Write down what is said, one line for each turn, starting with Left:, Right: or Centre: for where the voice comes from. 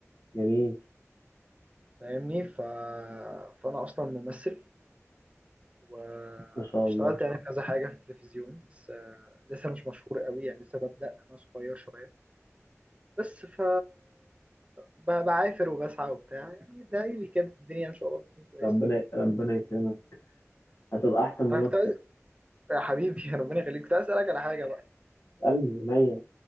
Left: جميل
Right: فاهمني ف... فانا اصلا ممثل واشتغلت
Left: ما شاء الله
Right: يعني في كذا حاجة في التلفزيون بس آه، لسه مش مشهور قوي يعني لسه ببدأ أنا صغير شوية بس ف ب- بعافر وبسعى وبتاع يعني دايلي كده الدنيا إن شاء الله تكون كويسة
Left: ربنا ربنا يكرمك هتبقى احسن ممثل
Right: أنا كنت عايز يا حبيبي <laughs> ربنا يخليك كنت عايز أسألك على حاجة بقى
Left: <laughs> قلبي عينيا